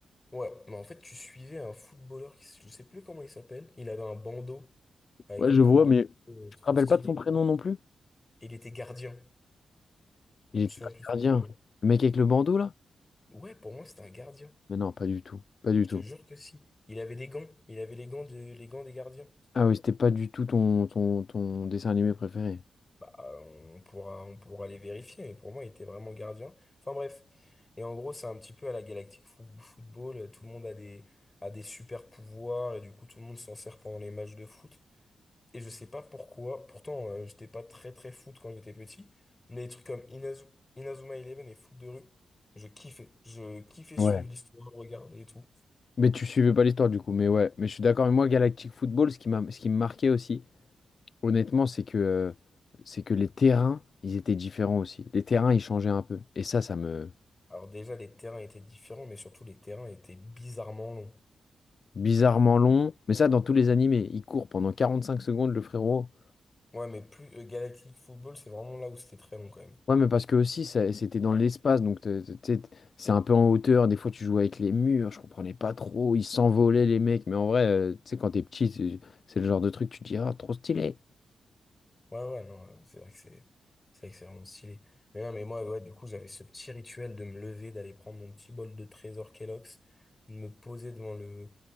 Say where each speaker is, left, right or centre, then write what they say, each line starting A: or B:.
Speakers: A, on the left; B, on the left.
A: Ouais, mais en fait, tu suivais un footballeur, qui, je sais plus comment il s'appelle, il avait un bandeau avec
B: Ouais,
A: une
B: je
A: coupe
B: vois,
A: de...
B: mais
A: euh,
B: tu
A: trop
B: te rappelles
A: stylée,
B: pas de son prénom non plus?
A: et il était gardien, je
B: Il
A: me
B: était
A: souviens
B: pas
A: plus de son
B: gardien.
A: prénom.
B: Le mec avec le bandeau là?
A: Ouais, pour moi, c'était un gardien,
B: Mais non, pas du tout. Pas du
A: je
B: tout.
A: te jure que si. Il avait des gants, il avait les gants, de... les gants des gardiens.
B: Ah oui, c'était pas du tout ton, ton, ton dessin animé préféré.
A: Bah, euh, on pourra, on pourra les vérifier, mais pour moi, il était vraiment gardien. Enfin bref. Et en gros, c'est un petit peu à la Galactic Fo- Football. Tout le monde a des, a des super pouvoirs et du coup, tout le monde s'en sert pendant les matchs de foot. Et je sais pas pourquoi. Pourtant, euh, j'étais pas très très foot quand j'étais petit. Mais des trucs comme Inazu- Inazuma Eleven et foot de rue, je kiffais. Je kiffais suivre
B: Ouais.
A: l'histoire, regarder et tout.
B: Mais tu suivais pas l'histoire du coup, mais ouais, mais je suis d'accord. Mais moi, Galactic Football, ce qui m'a, ce qui me marquait aussi, honnêtement, c'est que, euh, c'est que les terrains, ils étaient différents aussi. Les terrains, ils changeaient un peu. Et ça, ça me.
A: Alors déjà, les terrains étaient différents, mais surtout, les terrains étaient bizarrement longs.
B: Bizarrement long, mais ça, dans tous les animés, il court pendant 45 secondes, le frérot.
A: Ouais, mais plus euh, Galactic Football, c'est vraiment là où c'était très long quand même.
B: Ouais, mais parce que aussi, ça- c'était dans l'espace, donc t'es- t'es- t'sais, c'est un peu en hauteur. Des fois, tu jouais avec les murs, je comprenais pas trop. Ils s'envolaient, les mecs. Mais en vrai, euh, tu sais, quand t'es petit, c'est c'est le genre de truc, tu te dis, ah, trop stylé.
A: Ouais, ouais, non, euh, c'est vrai que c'est, c'est vrai que c'est vraiment stylé. Mais non, mais moi, ouais, du coup, j'avais ce petit rituel de me lever, d'aller prendre mon petit bol de trésor Kellogg's, de me poser devant le,